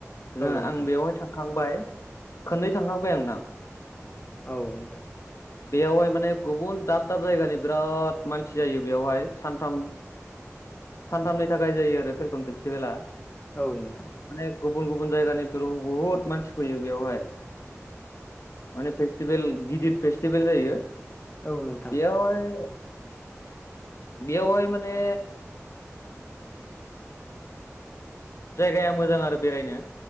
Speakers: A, on the left; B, on the left.
A: जों
B: नोंथां
A: आं बेयावहाय थांखांबाय खोननै थांखांबाय आं नोंथां।
B: औ नोंथां।
A: बेयावहाय माने गुबुन दाब दाब जायगानि बिराद मानसि जायो बेयावहाय सानथाम सानथामनि थाखाय जायो आरो फेलखन फेस्टिभेला।
B: औ नोंथां।
A: माने गुबुन गुबुन जायगानि ब्रि बुहुद मानसि फैयो बेयावहाय। माने फेस्टिभेल गिदिर फेस्टिभेल जायो।
B: औ नोंथां
A: बेयावहाय बेयावहाय माने जायगाया मोजां आरो बेरायनो